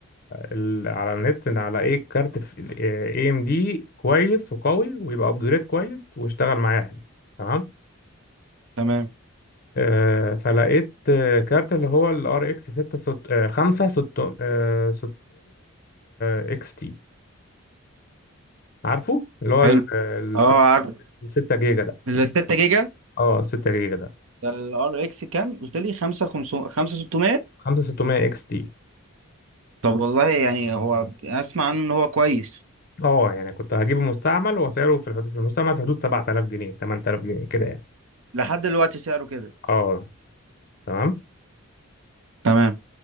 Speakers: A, on the left; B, on the right.
A: ال... على النت إن على ايه كارت اي ام دي كويس وقوي ويبقى ابجريد كويس واشتغل معايا تمام
B: تمام
A: آه، فلقيت آه، كارت اللي هو ال ار اكس 6 5 600 اكس تي عارفه اللي هو
B: حلو
A: ال
B: اه عارف
A: 6 جيجا ده
B: ال 6 جيجا
A: اه 6 جيجا ده
B: ده الار اكس كام قلت لي 5 500 5 600
A: 5600 اكس تي
B: طب والله يعني هو اسمع عنه ان هو كويس
A: اه يعني كنت هجيبه مستعمل وسعره في الحدود في المستعمل في حدود 7000 جنيه 8000 جنيه كده يعني
B: لحد دلوقتي سعره كده
A: اه تمام
B: تمام